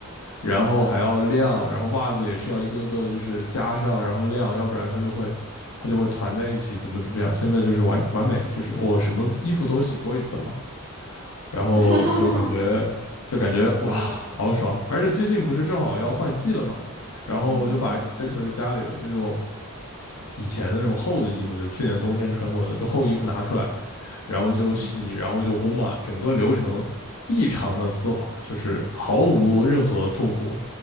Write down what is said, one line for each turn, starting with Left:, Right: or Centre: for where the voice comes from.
Left: 然后还要晾，
Right: 嗯，
Left: 然后袜子也是要一个个就是加上，然后晾，要不然它就会它就会团在一起，怎么怎么样。现在就是完完美，就是我什么衣服都洗过一次了嘛。然后就感觉就感觉哇，
Right: <laughs> 是这个样子，
Left: 好爽！而且最近不是正好要换季了嘛，然后我就把就是家里的那种
Right: 嗯
Left: 以前的那种厚的衣服，就是去年冬天穿过的，就厚衣服拿出来，然后就洗，
Right: 嗯
Left: 然后就烘嘛，整个流程异常的丝滑，就是毫无任何痛苦，